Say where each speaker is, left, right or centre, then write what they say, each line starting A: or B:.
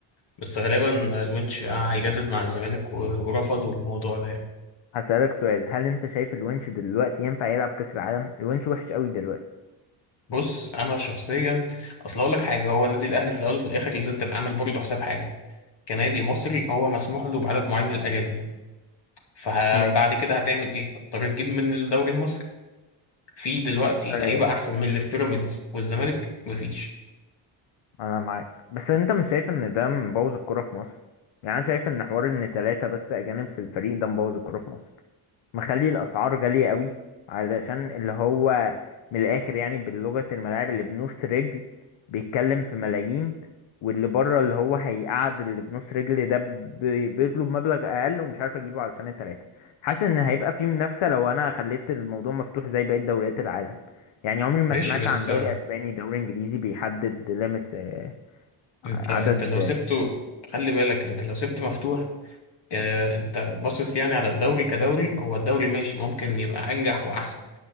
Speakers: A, on the left; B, on the left.
A: بس غالبا الونش هيجدد مع
B: طب
A: الزمالك ورفضوا الموضوع ده يعني.
B: هسألك سؤال هل انت شايف الونش دلوقتي ينفع يلعب كأس العالم الونش وحش قوي دلوقتي
A: بص انا شخصيا اصل اقول لك حاجه هو النادي الاهلي في الاول وفي الاخر لازم تبقى عامل برضه حساب حاجه كنادي مصري هو مسموح له بعدد معين من الاجانب فبعد
B: ماشي
A: كده هتعمل ايه هتضطر تجيب من الدوري المصري في دلوقتي
B: آه،
A: لعيبه احسن من اللي في بيراميدز والزمالك مفيش
B: انا معاك بس انت مش شايف ان ده مبوظ الكرة في مصر يعني انا شايف ان حوار ان ثلاثة بس اجانب في الفريق ده مبوظ الكرة في مصر مخلي الاسعار غاليه قوي علشان اللي هو من الاخر يعني باللغه الملاعب اللي بنص رجل بيتكلم في ملايين واللي بره اللي هو هيقعد اللي بنص رجل ده بي- بيطلب مبلغ اقل ومش عارف اجيبه علشان التلاته حاسس ان هيبقى في منافسه لو انا خليت الموضوع مفتوح زي بقيه دوريات العالم يعني عمري ما
A: ماشي
B: سمعت
A: بس
B: عن دوري
A: آه،
B: اسباني دوري انجليزي بيحدد ليميتس آه،
A: انت
B: عدد
A: انت لو سبته خلي بالك انت لو سبت مفتوح آه، انت باصص يعني على الدوري كدوري هو الدوري ماشي ممكن يبقى انجح واحسن